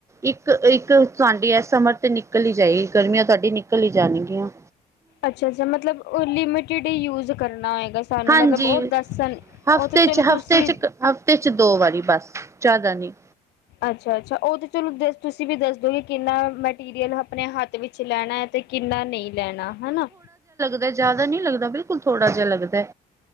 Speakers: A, on the right; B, on the left.
A: ਇੱਕ ਇੱਕ ਤੁਆਡੀ ਐ ਸਮਰ ਤੇ ਨਿਕਲ ਈ ਜਾਏਗੀ ਗਰਮੀਆਂ ਤੁਆਡੀ ਨਿਕਲ ਈ ਜਾਣਗੀਆਂ।
B: ਅੱਛਾ ਅੱਛਾ ਮਤਲਬ ਓ ਲਿਮਿਟਿਡ ਈ ਯੂਜ ਕਰਨਾ ਹੋਏਗਾ। ਤਾਨੂੰ
A: ਹਾਂਜੀ
B: ਮਤਲਬ ਓ ਦੱਸਣ
A: ਹਫ਼ਤੇ
B: ਓ ਤੇ ਚਲੋ
A: ਚ
B: ਤੁਸੀ
A: ਹਫ਼ਤੇ ਚ ਹਫ਼ਤੇ ਚ ਦੋ ਵਾਰੀ ਬਸ ਜ਼ਿਆਦਾ ਨੀ।
B: ਅੱਛਾ- ਅੱਛਾ ਉਹ ਤਾਂ ਚਲੋ ਦਸ ਤੁਸੀਂ ਵੀ ਦੱਸਦੋ ਕਿ ਕਿੰਨਾ ਮੈਂਟੀਰੀਅਲ ਆਪਣੇ ਹੱਥ ਵਿੱਚ ਲੈਣਾ ਹੈ। ਤੇ ਕਿੰਨਾ ਨਹੀਂ ਲੈਣਾ, ਹਨਾ।
A: ਤੇ ਜ਼ਿਆਦਾ ਨਹੀਂ ਲੱਗਦਾ ਬਿਲਕੁਲ ਥੋੜਾ ਜਿਹਾ ਲੱਗਦਾ,